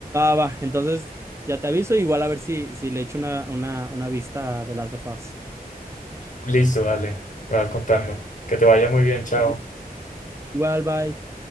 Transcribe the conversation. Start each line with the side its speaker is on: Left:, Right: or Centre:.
Right: va. va. Entonces, ya te aviso. Igual a ver si, si le echo una, una, una vista de las of Us.
Left: Listo, dale, me vas contando. Que te vaya muy bien, chao.
Right: Sale. Igual, bye.